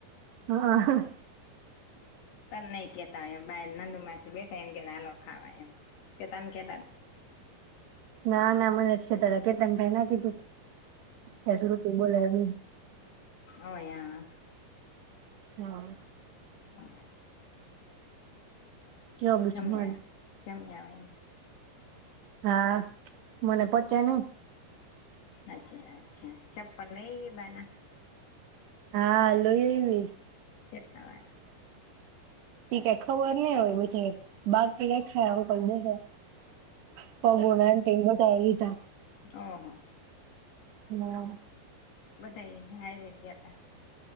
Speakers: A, on the right; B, on the left.
A: હા.
B: તને નઈ કહેતા અહીયા બાર નંદુ માસી બેઠા એને કે હલો ખાવા એમ કે તને નઈ કેતા તા.
A: ના ના મને જ કેતાતા કેતન ભાઈ એ ના કીધું? ક શું તું <unintelligible> બિહાર.
B: અ યા.
A: હા.
B: <inaudible>
A: કેવો બીજું
B: જમ્યા,
A: મારે
B: જમ્યા ને
A: હા. મને પચે નઈ.
B: અચ્છ અચ્છા ચપ્પલ લાઈવી બાના?
A: હાલ. લઈ આવી!
B: <unintelligible>
A: ઈ કાઈ ખબર નઈ હવે બધાયે બાકી રાયખા <unintelligible> પગોના ને <unintelligible> એ લીધા
B: ઓહો
A: હમ્મ.
B: બધા હાયરે જ ગ્યાં તા.